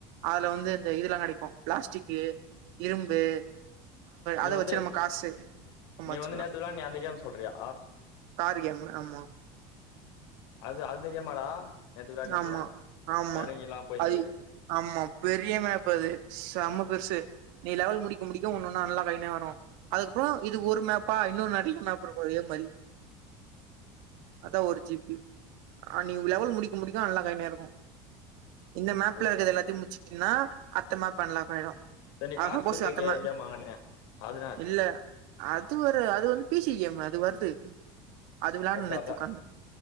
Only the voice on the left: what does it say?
நீ
வந்து
நீ வந்து நேத்து விளான்னியே அந்த கேம் சொல்றியா
அது அந்த கேமாடா நேத்து விளாட்டிந்தியே
எறங்கிளா போய்ந்தியே
உஹம்
ஓ
ஓ
சரி நீ
காசு
குடுத்து
கே கேம் வாங்குனியே அது என்ன ஆச்சு
வந்தாதே